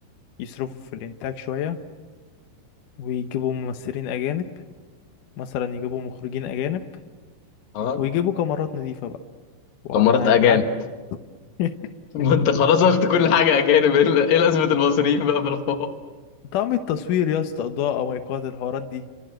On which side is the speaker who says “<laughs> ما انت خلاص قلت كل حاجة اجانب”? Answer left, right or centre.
Left